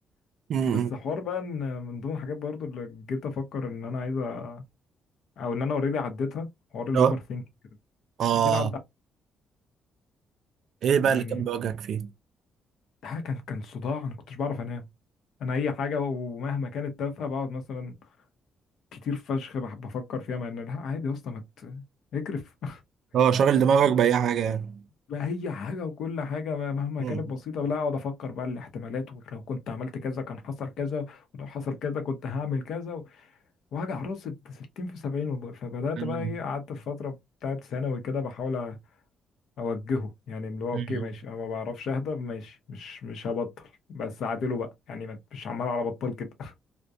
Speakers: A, on the right; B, on the left.
A: مم.
B: بس حوار بقى ان من ضمن الحاجات برضو اللي جيت افكر ان انا عايز أ- او ان انا اوريدي عديتها حوار الاوفر
A: اه
B: ثينك
A: اه
B: اكيد عدى
A: ايه بقى
B: يعني
A: اللي كان بيواجهك فيه
B: ده كان كان صداع انا كنتش بعرف انام انا اي حاجه ومهما كانت تافهه بقعد مثلا كتير فشخ بح- بفكر فيها مع ان لا عادي يا اسطى ما ت- اكرف <laughs>
A: اه شاغل دماغك باي حاجه يعني
B: بقى اي حاجه وكل حاجه ما- مهما
A: مم.
B: كانت بسيطه لا اقعد افكر بقى الاحتمالات ولو كنت عملت كذا كان حصل كذا ولو حصل كذا كنت هعمل كذا و- واوجع راسي ب 60 في 70 والله فبدات
A: مم.
B: بقى ايه قعدت في فتره بتاعت ثانوي كده بحاول اوجهه يعني اللي هو
A: مم.
B: اوكي ماشي انا ما بعرفش اهدى ماشي مش مش هبطل بس اعدله بقى يعني ما- مش عمال على بطال كده <laughs>